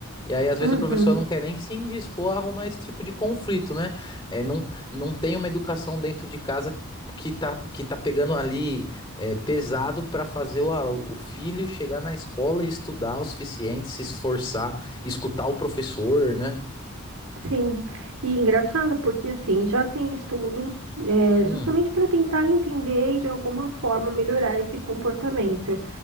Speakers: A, on the left; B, on the right.
A: E aí, às vezes,
B: Uhum.
A: o professor não quer nem se indispor a arrumar esse tipo de conflito, né? É, não, não tem uma educação dentro de casa que tá, que tá pegando ali é pesado para fazer o, alu- o filho chegar na escola e estudar o suficiente, se esforçar, escutar o professor, né?
B: Sim, e engraçado porque assim já tem estudos é,
A: Hum,
B: justamente para tentar entender e de alguma forma melhorar esse comportamento.